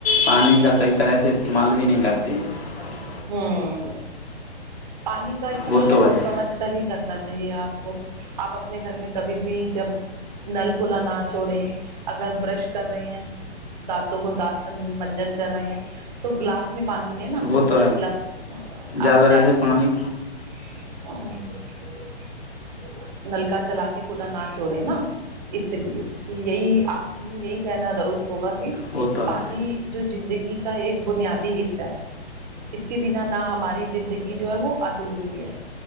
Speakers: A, on the left; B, on the right.
A: پانی کا صحیح طرح سے استعمال بھی نہیں کرتے ہیں
B: ہاں پانی کا استعمال
A: وہ تو
B: سوچ
A: ہے
B: سمجھ کر ہی کرنا چاہیے آپ کو آپ اپنے گھر میں کبھی بھی جب نل کھلا نہ چھوڑے اگر برش کر رہے ہیں دانتوں کو دانت منجن کر رہے ہیں تو گلاس میں پا نی لےینا
A: وہ تو ہے
B: <unintelligible>
A: زیادہ تر سے پانی
B: نلکا چلا کے کولا نہ چوڑے نا اس لیے کہ یہی آخ میں یہی کہنا ضرور ہوگا کہ
A: وہ تو
B: پانی
A: ہے
B: جو زندگی کا ایک بنیادی حصہ ہے اس کے بنا نہ ہماری زندگی جو ہے وہ ادھوری ہے